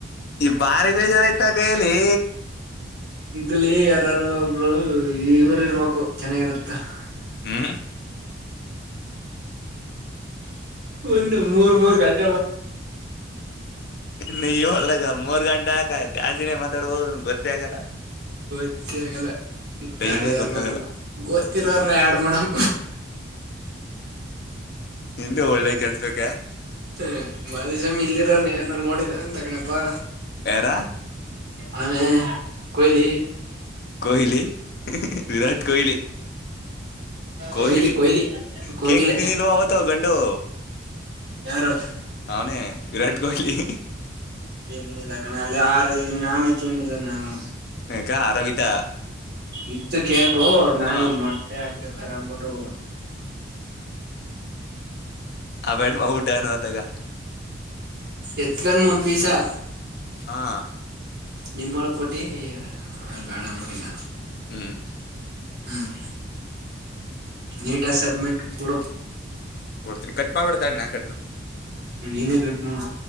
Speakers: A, on the left (about 55°); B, on the right (about 60°).
A: ಬಾರಿ ಬೇಜಾರ್ ಆಯ್ತದೆ ಇಲ್ಲಿ.
B: ಇದ್ರಲ್ಲಿ ಯಾರಾದ್ರು ಒಬ್ರು ಇವ್ರ್ ಇರ್ಬೇಕು ಚೆನ್ನಾಗಿರುತ್ತೆ. <inaudible>
A: ಹ್ಮ್
B: ಒಂದು ಮೂರ್ ಮೂರ್ ಗಂಟ್
A: ನೀ ಒಳ್ಳೆಗಾ ಮೂರ್ ಗಂ ಟೆ ಯಾಕಾ ಜಾಸ್ತಿನೇ ಮಾತಾಡ್ಬೋದು ಗೊತ್ತೇ ಆಗಲ್ಲ.
B: ತ್ತೇ ಆಗಲ್ಲ.
A: ಟೈಮೇ
B: ತಡಿ ಯಾರ್ನಾದ್ರು
A: ಗೊತ್ತಾಗಲ್ಲ
B: ಗೊತ್ತಿರೋರ್ನ ಆಡ್ ಮಾಡಮ.
A: ಇಂದೆ ಒಳ್ಳೇ ಕೆಲ್ಸಕ್ಕೆ
B: ಹ ಮಾಧುಸ್ವಾಮಿ ಇಲ್ಲಿರಾರ ಯಾರ ನೋಡಿದ ಎಂತ ಕಣಪ್ಪಾ
A: ಯಾರ
B: ಅಲ್ಲಲೇ ಕೊಯ್ಲಿ
A: ಕೋಯ್ಲಿ <inaudible> ಕೋಯ್ಲಿ ಕೋಹ್ಲಿ
B: ಕೊಹ್ಲಿ ಕೊಹ್ಲಿ ಕೋಗಿಲೆ
A: ಕೇಕ್ ತಿಂದಿದ್ವೋ ಅವತ್ತು <unintelligible>
B: ಯಾರು
A: ಅವನೇ ವಿರಾಟ್ ಕೊಹ್ಲಿ
B: ಏನಿಲ್ಲ ಕಣೋ ಅಲ್ಲಿ ಯಾರ್ ಇನ್ನಮೇ ತಿಂದಿಲ್ಲ ನಾನು
A: ಯಾಕ ಆರೋಗಿತ
B: ಇತ್ತಗ್. ಕೇಕು ನಾನು
A: ಹಾ
B: ಮೊಟ್ಟೆ ಹಾಕಿರ್ತಾರ ಅಂದ್ಬಿಟ್ಟು
A: ಆಬೇಡ್ ಔಟ್ ಅನಾ ಆತಗಾ
B: ಎತ್ಗನ್ ಮೂನ್ ಪೀಸಾ
A: ಹಾ
B: ನಿಮೊಳ ಕೊಟ್ಟಿ ಬೇಡ ಅಂಬಿಟ್ಟಿನ್ ನಾನು
A: ಹ್ಮ್
B: ಹ್ಮ್ ನೀಟ್ ಆ ಸಭ್ಮಿಟ್ ಕೊಡು
A: ಕೊಡ್ತೀರಿ ಕಟ್ ಮಾಡ್ಬಿಡ್ತಾನ್
B: ನೀನೇ ಕಟ್ಟ ಮಾಡ್.